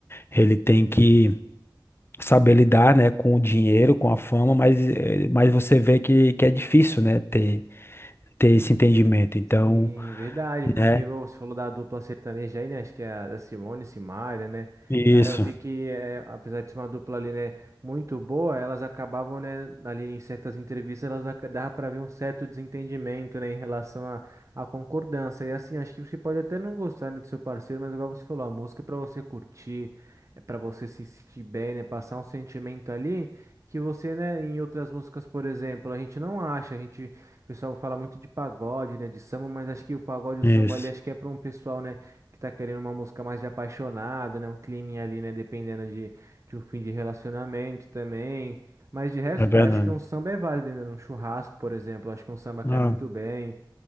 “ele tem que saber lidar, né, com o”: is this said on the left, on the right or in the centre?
Left